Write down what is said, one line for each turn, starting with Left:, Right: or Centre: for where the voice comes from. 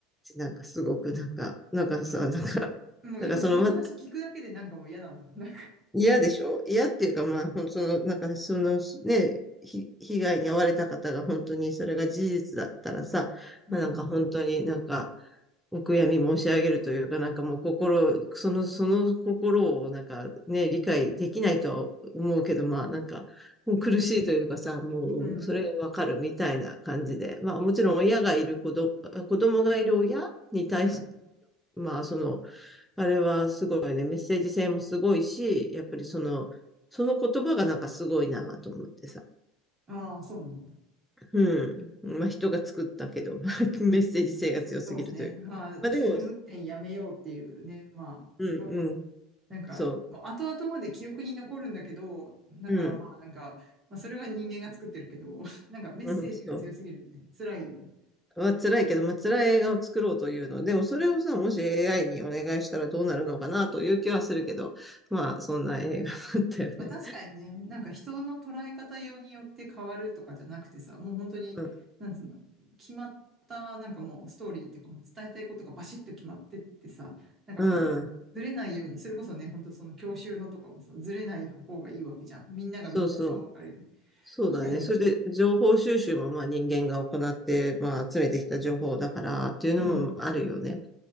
Centre: なんかすごくなんか、なんかさ、なんか、
Right: うん。もう今その話聞くだけでなんかもう嫌だもん。
Centre: なんかその、ま、
Right: なんか、
Centre: 嫌でしょ嫌っていうか、まあ、ほん、その、なんか、その、ね、ひ、被害に遭われた方が本当にそれが事実だったらさ、
Right: うん、
Centre: まあ、なんか本当になんか、お悔やみ申し上げるというか、なんかもう心、その、その心をなんかね、理解できないとは思うけど、まあなんか、もう苦しいというかさ、
Right: うん、
Centre: もうそれがわかるみたいな感じで、
Right: うん、
Centre: まあもちろん親がいる子ど、子供がいる親に対し、
Right: うん。
Centre: まあその、あれはすごいね、メッセージ性もすごいし、やっぱりその、その言葉がなんかすごいなと思ってさ。
Right: ああ、そうなんだ。
Centre: うん。まあ人が作ったけど、<laughs> まあメッセージ性が強すぎるというか。
Right: そうね。まあ、危険運転やめようっていうね。
Centre: まあでも、
Right: まあ、
Centre: うんうん、
Right: すごい、なんか、
Centre: そ
Right: 後々まで記憶に残るんだけど、だからまあ、
Centre: う。うん、
Right: なんか、まあ、それは人間が作ってるけど、なんかメッセージが強すぎるのね。
Centre: うん、そう。
Right: 辛いよね。
Centre: まあ辛いけど、まあ辛い映画を作ろうというの。でもそれをさ、もし AI にお願いしたらどうなるのかなという気はするけど、まあそんな映画だったよね。
Right: まあ、確かにね、なんか人の捉え方用によって変わるとかじゃなくてさ、もう本当に、
Centre: うん、
Right: なんつうの、決まった、なんかもうストーリーっていうかもう伝えたいことがバシッと決まってってさ、なんかこう、
Centre: うん、
Right: ずれないように、それこそね、本当その教習のとかもさ、ずれない方がいいわけじゃん。みんながみんなそう分かれる。
Centre: そうそう。そうだね。
Right: 確かにね。
Centre: それで、情報収集も、まあ、人間が行って、まあ、集めてきた情報だから、っていうのもあるよね。
Right: うん、